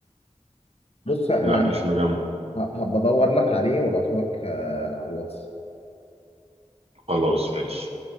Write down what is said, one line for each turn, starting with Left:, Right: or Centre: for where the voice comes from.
Left: بص انا
Right: لا مش مجمع
Left: ه- هبقى ادور لك عليه وابعته لك آه، على الواتس
Right: خلاص ماشي